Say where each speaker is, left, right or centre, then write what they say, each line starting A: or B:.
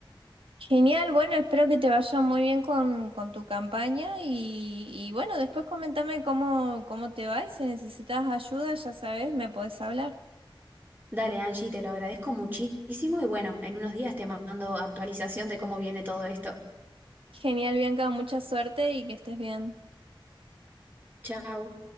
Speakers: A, on the right; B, on the right.
A: Genial, bueno, espero que te vaya muy bien con, con tu campaña y, y bueno, después comentame cómo, cómo te va y si necesitas ayuda, ya sabes, me puedes hablar.
B: Dale, Angie, te lo agradezco muchísimo y bueno, en unos días te mando actualización de cómo viene todo esto.
A: Genial, Bianca, mucha suerte y que estés bien.
B: Chao.